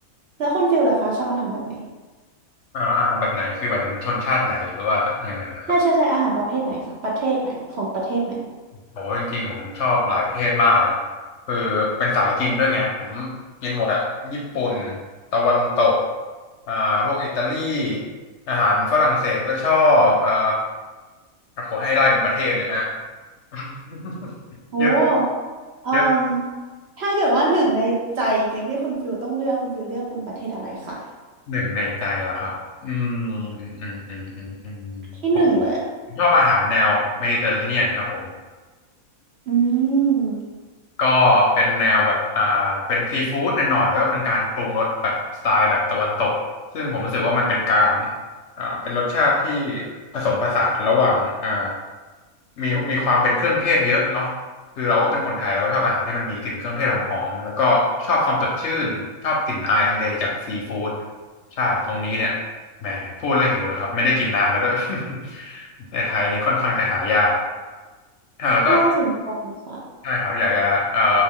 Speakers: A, on the right; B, on the left.
A: แล้วคุณฟิลล่ะคะชอบอาหารแบบไหน
B: อ่าอาหารแบบไหนคือหมายถึงชนชาติไหนหรือว่ายังไงนะครับ
A: ใช่ใช่ใช่อาหารประเภทไหนคะประเทศไหนของประเทศไหน
B: โหจริงๆผมชอบหลายประเทศมากเลยนะคือเป็นสายกินด้วยไงผมกินหมดอะญี่ปุ่นตะวันตกอ่าพวกอิตาลีอาหารฝรั่งเศสก็ชอบอ่าโอ้โหให้ไล่เป็นประเทศเลยไหม <laughs>
A: โอ้
B: เยอะ
A: เอ่ม
B: เยอะ
A: ถ้าเกิดว่าหนึ่งในใจจริงๆที่คุณฟิลต้องเลือกคุณฟิลเลือกเป็นประเทศอะไรคะ
B: หนึ่งในใจเหรอครับอืมอืมอืมอืมอืม
A: ที่หนึ่งเลยอ่ะ
B: ผมชอบอาหารแนวเมดิเตอร์เรเนียนครับผม
A: อืม
B: ก็เป็นแนวแบบอ่าเป็นซีฟู้ดหน่อยๆแล้วก็เป็นการปรุงรสแบบสไตล์แบบตะวันตกซึ่งผมรู้สึกว่ามันเป็นการอ่าเป็นรสชาติที่ผสมผสานระหว่างอ่ามีมีความเป็นเครื่องเทศเยอะเนาะคือเราก็เป็นคนไทยเราก็ชอบอาหารที่มันมีกลิ่นเครื่องเทศหอมๆแล้วก็ชอบความสดชื่นชอบกลิ่นอายทะเลจากซีฟู้ดใช่ตรงนี้เนี่ยแหมพูดแล้วหิวเลยครับไม่ได้กินนานแล้วด้วย <laughs> ในไทยนี่ค่อนข้างจะหายากอ่ะแล้วก็
A: น่าสนใจค่ะ
B: ใช่ครับอยากจะเอ่อ